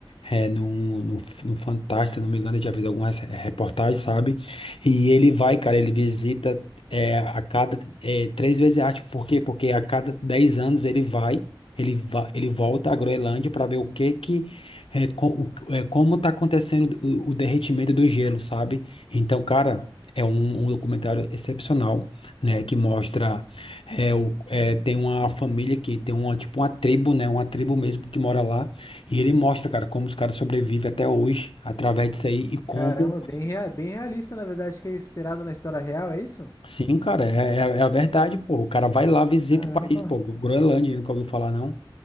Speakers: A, on the left; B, on the left.
A: É, num, num, num Fantástico, se não me engano, eu já fez algumas re- reportagens, sabe? E ele vai, cara, ele visita é, a cada é, três vezes, acho. Por quê? Porque a cada dez anos ele vai, ele, va ele volta à Groenlândia para ver o que que. É, co- o- é, como tá acontecendo o, o derretimento do gelo, sabe? Então, cara, é um, um documentário excepcional, né? Que mostra. É, o, é, tem uma família que tem uma, tipo, uma tribo, né? Uma tribo mesmo que mora lá. E ele mostra, cara, como os caras sobrevivem até hoje através disso aí e como.
B: Caramba, bem, rea- bem realista, na verdade, que é inspirado na história real, é isso?
A: Sim, cara, é, é, é a verdade, pô. O cara vai lá, visita
B: Caramba.
A: o país, pô. Groenlândia, nunca ouviu falar, não?